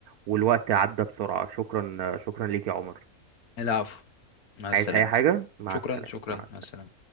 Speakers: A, on the right; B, on the left.
A: والوقت عدى بسرعة شكرا شكرا ليك يا عمر
B: العفو مع السلامة
A: عايز اي حاجة مع
B: شكرا
A: السلامة
B: شكرا
A: مع
B: مع السلامة